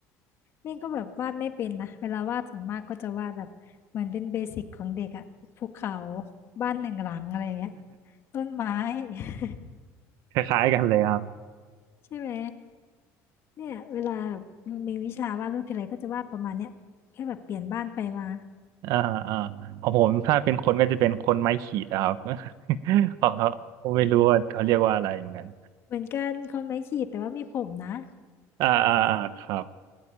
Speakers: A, on the left (about 40°); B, on the right (about 65°).
A: นี่ก็แบบวาดไม่เป็นนะ เวลาวาดส่วนมากก็จะวาดแบบเหมือนเป็นเบสิกของเด็กอะภูเขาบ้านหนึ่งหลังอะไรเงี้ย ต้นไม้ <laughs>
B: <laughs> คล้ายๆกันเลยครับ
A: ใช่ไหมเนี่ยเวลามีวิชาวาดรูปทีไรก็จะวาดประมาณเนี้ยแค่แบบเปลี่ยนบ้านไปมา
B: อ่าอ่าของผมถ้าเป็นคนก็จะเป็นคนไม้ขีดอะครับ <laughs> ของเขาผมไม่รู้ว่าเขาเรียกว่าอะไรเหมือนกัน
A: เหมือนกันคนไม้ขีดแต่ว่ามีผมนะ
B: อ่าอ่าอ่าครับ